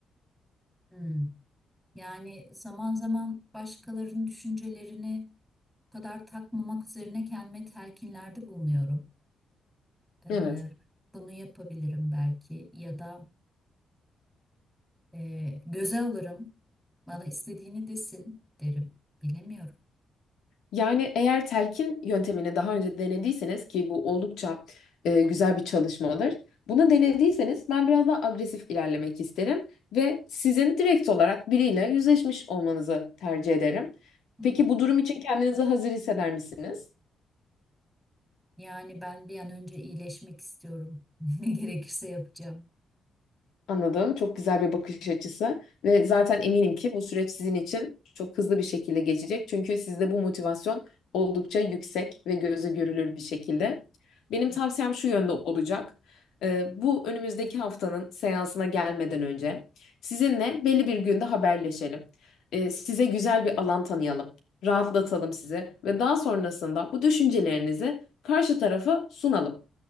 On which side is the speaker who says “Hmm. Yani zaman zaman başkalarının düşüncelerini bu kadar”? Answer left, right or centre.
Centre